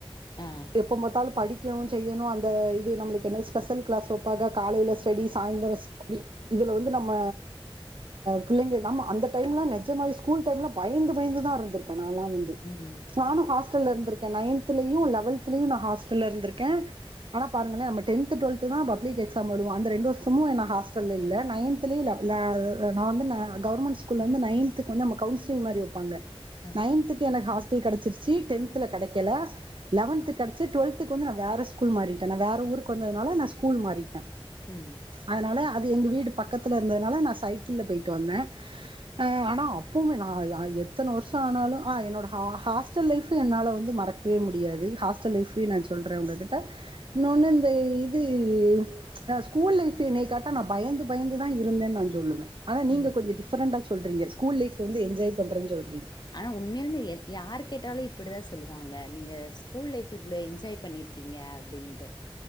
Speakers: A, on the left; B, on the right.
A: ஆ
B: எப்ப பாத்தாலும் படிக்கணும் செய்யணும் அந்த இது நம்மளுக்கு என்ன ஸ்பெஷல் கிளாஸ் வப்பாங்க காலையில ஸ்டடிஸ் சாய்ந்தர ஸி இதுல வந்து நம்ம பிள்ளைங்க நாம அந்த டைம்லாம் நெஜமா ஸ்கூல் டைம் பயந்து பயந்து தான் இருந்துரூக்கன் நா லா வந்து
A: ம்
B: நானும் ஹாஸ்டல்ல இருந்து நைன்தலயும் லெவல்தலய நான் ஹாஸ்டல இருந்திருக்கேன் ஆன பாருங்களே நம் டென்த் டுவெல்த் தான் எக்ஸாம் எழுதுவோ அந்த ரெண்டு வருஷமும் நா ஹாஸ்டல் இல்ல நைன்த் ல நான் வந்து கவர்மெண்ட் ஸ்கூல் வந்து நைன்த்தக்கு வந்து கவுசிலிங் மாதி வைப்பாங்க
A: ஆ
B: நைன்துக்கு எனக்கு ஹாஸ்டல் கடைச்சிருச்சு டென்தல கடைக்கல லெவன்த் கடைச்சி டுவெல்த்த வந்து வேற ஸ்கூல் மாறிட்ட வேற ஊருக்கு வந்ததுனால நான் ஸ்கூல் மாறிட்ட
A: ம்
B: அதனால அது எங்க வீடு பக்கத்துல இருந்ததுனால நான் சைக்கிள்ல போயிட்டு வந்த அ ஆனா அப்பவுமே நா யா எத்தன வர்ஷ ஆனாலு ஆ என்னோட ஹா ஹாஸ்டல் லைஃபு என்னால வந்து மற றக்கவே முடியாது ஹாஸ்டல் லைஃபையு நா சொல்றே உங்ககிட்ட இன்னொன்னு இந்த இது ஆ ஸ்கூல் லைஃப் என்னையக்கேட்டா நா பயந்து பயந்துதா இருந்தேன் நா சொல்லுவே ஆனா நீங்க
A: ம்
B: கொஞ்ச டிஃபரெண்டா சொல்றீங்க ஸ்கூல் லைஃப் வந்து என்ஜாய் பண்றேன் சொல்
A: ஆனா உண்மையாலுமே யர் யாரு கேட்டாலு இப்டிதா சொல்லுவாங்க நீங்க ஸ் கூல் லைஃப் இவ்ளோ என்ஜாய் பண்ணிருக்கீங்க அப்டினு